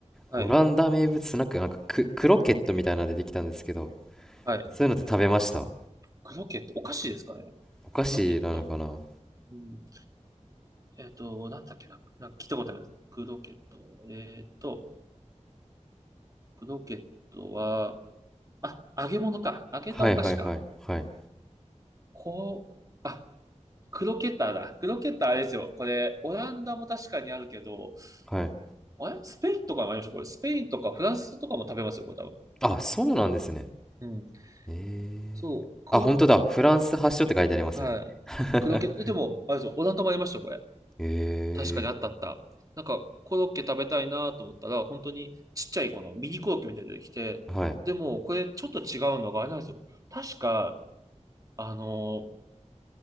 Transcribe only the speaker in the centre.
オランダ名物スナック、なんかク、クロケットみたいなの出てきたんですけど、
そういうのって食べました
お菓子なのかな
はいはいはいはい
はい。
あ、そうなんですね。
ええあ、
本当だ。フランス発祥って書いてありますね。
<laughs>
え
えはい。